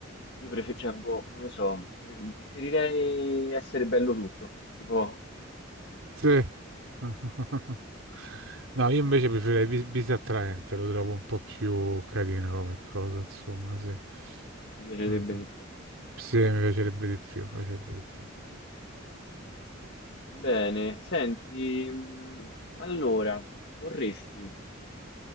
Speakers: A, on the left; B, on the right.
A: io prefer- cioè, boh, non lo so, pre- preferirei essere bello tutto, si può,
B: Sì. <laughs> No, io invece preferirei bis, bis attraente, lo trovo un po' più carino come cosa, insomma, sì.
A: ti piacerebbe
B: Mhm.
A: di più.
B: Sì, mi piacerebbe di più, mi piacerebbe di più.
A: Bene, senti, mh, allora, vorresti,